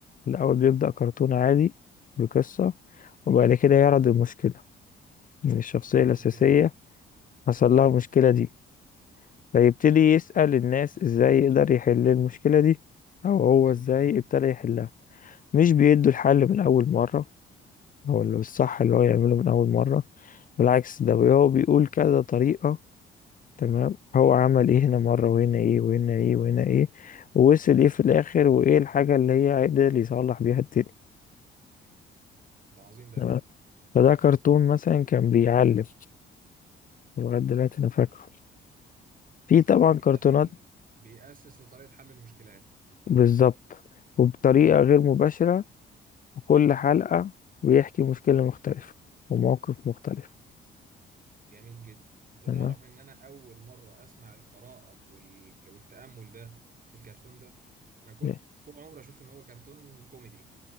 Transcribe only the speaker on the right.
يعني
كده
جميل
جدا
ده عظيم ده
يا عم
ده كده
بي بيأسس لطريقة حل المشكلات
جميل جدا انت
تعرف ان انا اول مرة اسمع القراءة وال... والتأمل ده في الكرتون ده انا كنت
طول عمري اشوف ان هو كرتون كوميدي